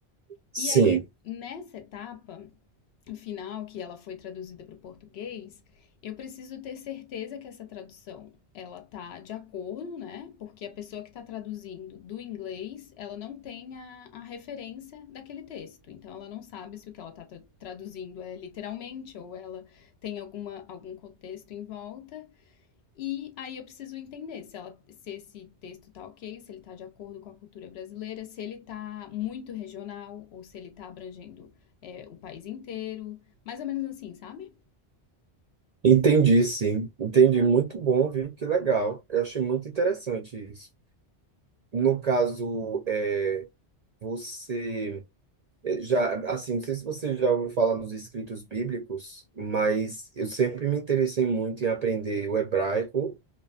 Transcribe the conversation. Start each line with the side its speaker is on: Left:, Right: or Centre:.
Right: Sim.
Left: E aí, nessa etapa, final, que ela foi traduzida para o português, eu preciso ter certeza que essa tradução ela tá de acordo, né? Porque a pessoa que está traduzindo do inglês, ela não tem a, a referência daquele texto. Então, ela não sabe se o que ela está traduzindo é literalmente ou ela tem alguma, algum contexto em volta. E aí eu preciso entender se, ela, se esse texto tá ok, se ele tá de acordo com a cultura brasileira, se ele tá muito regional ou se ele tá abrangendo é, o país inteiro, mais ou menos assim, sabe?
Right: Entendi, sim. Entendi. Muito bom, viu? Que legal. Eu achei muito interessante isso. No caso, é, você é, já, assim, não sei se você já ouviu falar nos escritos bíblicos, mas eu sempre me interessei muito em aprender o hebraico